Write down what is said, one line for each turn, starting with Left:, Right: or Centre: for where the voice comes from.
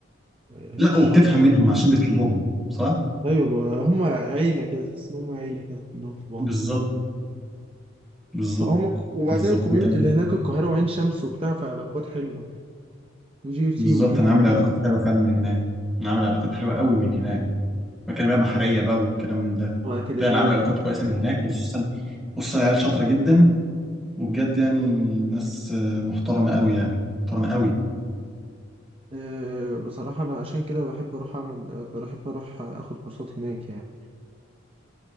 Right: آه،
Centre: لا
Right: الشر
Centre: وبتفهم منهم عشان بتحبهم صح
Right: ايوه بقى، هم عيله كده تحس ان هم عيله كده كلهم في بعض
Centre: بالظبط بالظبط
Right: فهم ك- وبعدين
Centre: بالظبط
Right: الكوميونتي
Centre: انت
Right: اللي هناك القاهره وعين شمس وبتاع فعلاقات حلوه يعني وجي يو سي
Centre: بالظبط
Right: واي
Centre: انا
Right: سي
Centre: عامل علاقات حلوه فعلا من هناك انا عامل علاقات حلوه قوي من هناك مكالمات بحريه بقى والكلام من ده
Right: واكاديميه
Centre: لا انا عامل علاقات
Right: و...
Centre: كويسه من هناك وخصوصا خصوصا عيال شاطره جدا وبجد يعني ناس آه، محترمه قوي يعني محترمه قوي
Right: أه بصراحه انا عشان كده بحب اروح اعمل آه، بحب اروح اخد كورسات هناك يعني